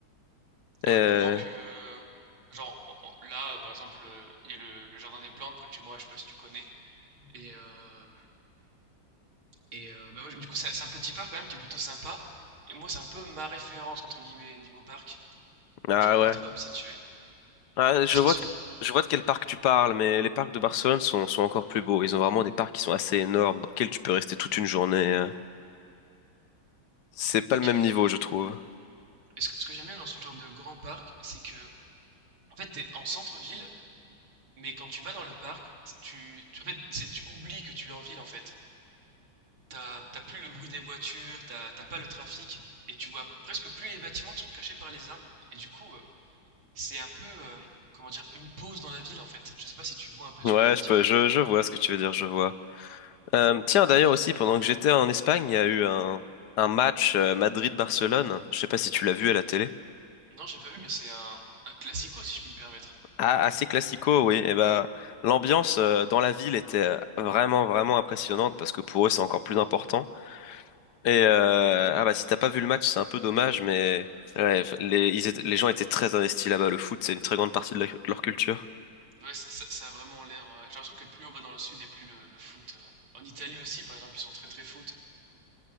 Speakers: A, on the left (about 65°); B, on the right (about 85°).
A: Euh,
B: Ah ouais, plus grand que. Genre en- en- là, euh, par exemple, euh, il y a le, le jardin des plantes près de chez moi, je sais pas si tu connais. Et euh, Et euh, bah, moi, je- du coup, c'est c'est un petit parc quand même qui est plutôt sympa. Et moi, c'est un peu ma référence, entre guillemets, niveau parc.
A: Ah
B: Donc, j'arrive pas
A: ouais.
B: trop à me situer.
A: Ah, je
B: Est-ce
A: vois
B: qu'ils sont...
A: de... je vois de quel parc tu parles, mais les parcs de Barcelone sont, sont encore plus beaux. Ils ont vraiment des parcs qui sont assez énormes, dans lesquels tu peux rester toute une journée. euh. C'est pas
B: Ok.
A: le même niveau, je trouve.
B: Et ce que, ce que j'aime bien dans ce genre de grand parc, c'est que, en fait, t'es en centre-ville, mais quand tu vas dans le parc, tu, tu- en fait, c'est- tu oublies que tu es en ville, en fait. T'as, t'as plus le bruit des voitures, t'as, t'as pas le trafic, et tu vois presque plus les bâtiments qui sont cachés par les arbres. Et du coup, euh, c'est un peu, euh, comment dire, une pause dans la ville, en fait. Je sais pas si tu vois un peu
A: Ouais,
B: ce que je veux
A: je
B: dire.
A: peux, je, je vois ce que tu veux dire, je vois. Euh, tiens, d'ailleurs aussi, pendant que j'étais en Espagne, il y a eu un, un match euh, Madrid-Barcelone. Je sais pas si tu l'as vu à la télé.
B: Non, j'ai pas vu, mais c'est un, un classico, si je puis me permettre.
A: Ah, assez classico, oui. Et ben, l'ambiance euh, dans la ville était euh, vraiment, vraiment impressionnante parce que pour eux, c'est encore plus important. Et euh, ah bah, si t'as pas vu le match, c'est un peu dommage, mais ouais, les, ils étaient- les gens étaient très investis là-bas. Le foot, c'est une très grande partie de, la- de leur culture.
B: Ouais, ça, ça- ça a vraiment l'air. euh, j'ai l'impression que plus on va dans le sud et plus le, le foot. euh, en Italie aussi, par exemple, ils sont très très foot.